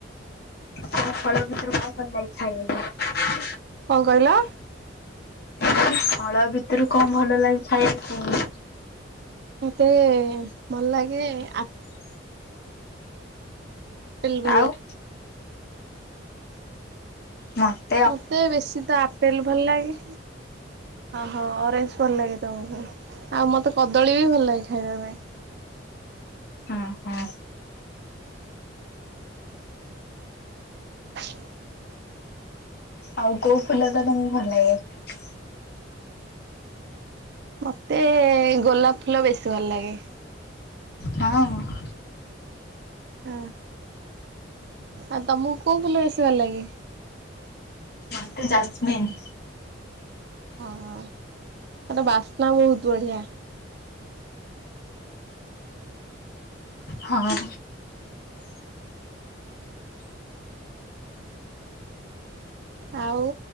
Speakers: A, on the left; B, on the right.
A: <unintelligible>
B: କଣ କହିଲ?
A: କହିଲି ଫଳ ଭିତୁରୁ କଣ ଭଲ ଲାଗେ ଖାଇବାକୁ?
B: ମତେ ଭଲ ଲାଗେ ଆ ପେଲ୍ ଭଲ
A: ଆଉ
B: ଲା
A: ହଁ।
B: ମତେ ବେଶୀ ତ ଆପେଲ୍ ଭଲ ଲାଗେ। ଅହ ଅରେଞ୍ଜ ଭଲ ଲାଗେ ତମୁକୁ। ଆଉ ମତେ କଦଳୀ ବି ଭଲ ଲାଗେ ଖାଇବା ପାଇଁ।
A: ହଁ ହଁ।
B: <inaudible>
A: ଆଉ କୋଉ ଫୁଲ ଟା ତମୁକୁ ଭଲ ଲାଗେ?
B: ମତେ ଗୋଲାପ ଫୁଲ ବେଶୀ ଭଲ ଲାଗେ।
A: ହଁ ହଁ।
B: ହଁ ଆଉ ତମୁକୁ କୋଉ ଫୁଲ ବେଶୀ ଭଲ ଲାଗେ?
A: ମୋତେ ଜାସ୍ମିିନ୍।
B: ଓହୋ। ତାର ବାସ୍ନା ବହୁତ ବଢିଆ।
A: ହଁ।
B: ଆଉ